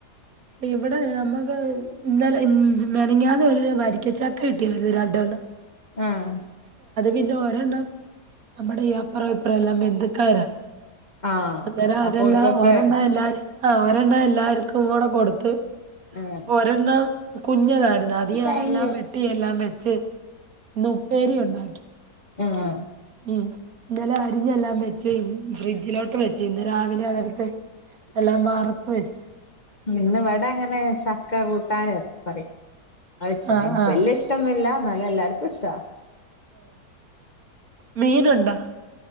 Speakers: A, on the right; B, on the left.
A: ഇവിടെ നമ്മുക്ക് ഇന്നലെ ഉ മെനഞ്ഞാന്ന് ഒരു വരിക്കച്ചക്ക കിട്ടിയായിരുന്നു രണ്ടവെള്ളം
B: ആഹ്
A: പിന്നെ ഒരെണ്ണം നമ്മടെ ഈ അപ്പുറ ഇപ്പറമെല്ലാം ബന്ധുക്കാരാ.
B: ആഹ്
A: അന്നേരം
B: അപ്പോൽക്കൊക്കെ
A: അതെല്ലാ ഒരെണ്ണം എല്ലാരിക്കും ആ ഒരെണ്ണം എല്ലാർക്കുംകൂട കൊടുത്ത്
B: ആഹ്
A: ഒരണ്ണം കുഞ്ഞതായിരുന്നു അത് ഞാനെല്ലാം
B: ആഹ്
A: വെട്ടിയെല്ലാം വെച്ച് ന്ന് ഉപ്പേരി ഉണ്ടാക്കി
B: ആഹ്
A: ന്നലെ ആരി ത് ഞ്ഞെല്ലാം വെച്ച് കൈഞ്ഞ് ഫ്രിഡ്ജിലോട്ട് വെച്ച് ഇന്ന് രാവിലെ അതടുത്ത് എല്ലാം വാർത്ത് ത്ത് വച്ച്‌
B: ഇന്നിവടങ്ങനെ ചക്ക കൂട്ടാന് പറയും അയച്ചിന്.
A: ആഹ്
B: നിക്ക്
A: ആഹ്
B: വല്ല്യ ഇഷ്ടന്നുല്ല അന്നാലും എല്ലാർക്കും ഇഷ്ട.
A: മീന്‌ ണ്ട